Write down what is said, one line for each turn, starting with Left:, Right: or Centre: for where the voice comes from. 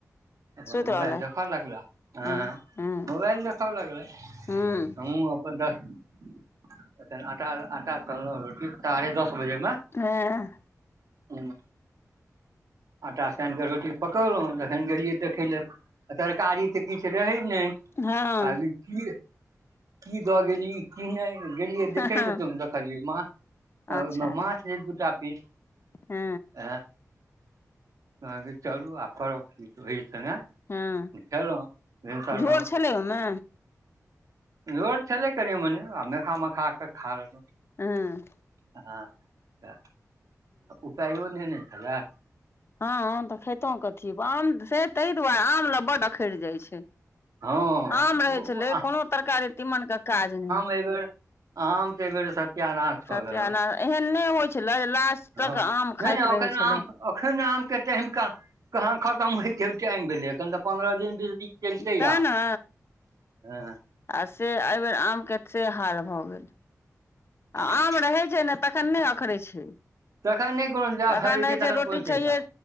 Right: अपन
Left: सुति
Right: मोबाइल
Left: रहलथि
Right: देखऽ लगलह, हँ,
Left: हूं हूं
Right: मोबाइल देखऽ लगला।
Left: हूं
Right: हमहु अपन द आ आटा सनलउ, रोटी साढ़े दस बजे मे।
Left: हँ।
Right: ह। आटा सानि कऽ रोटी पकौलहुँ, जखन गेलियै देखै लए, तरकारी तऽ किछु रहै नहि।
Left: हँ
Right: आब इ की दऽ गेली, की नहि? गेलियै
Left: हँ
Right: देखे ले, त देखलियै माह
Left: अच्छा
Right: माछ रहै दूटा पीस।
Left: हँ।
Right: अाँ। कह चलू आओ करब की, ओहि सङ्गे
Left: हँ
Right: खेलहुँ, भिनसरमे
Left: झोर छलै ओइ मे।
Right: झोर छलै कनि -मनी, आ मेखा -मखा के आ खा लेलउ।
Left: हँ।
Right: हँ, त उपाइयो न ने छला।
Left: हँ, आम तऽ खेतहुँ कथी? आम से ताहि दुआरे आम ल बड्ड अखरि जाइत छै।
Right: हँ
Left: आम रहे
Right: ओ
Left: छलै, कोनो तरकारी तीमन के काज नहि।
Right: अय बेर आम ते बेर सर ह्य नाश
Left: सत्यानाश
Right: कऽ देलक,
Left: एहन नहि होइ छलै जे लास्ट
Right: ह
Left: तक आम
Right: नहि
Left: खाइत रहै छलै
Right: एखन आम के टाइमा कहाँ खतम होय छै। टाइम भेलै, एखन तऽ पन्द्रह दिन, बीस दिन, चलते
Left: तैँ
Right: आम
Left: ने
Right: हँ।
Left: आ से, एहि बेर आम के से हाल भऽ गेल।
Right: हँ।
Left: आ आम रहैत छै ने, तखन नहि अखरै छै।
Right: तखन नहि कोनो जा
Left: तखन
Right: रहै
Left: होइ छै रोटी
Right: कोन चिन्ता
Left: छैे हे,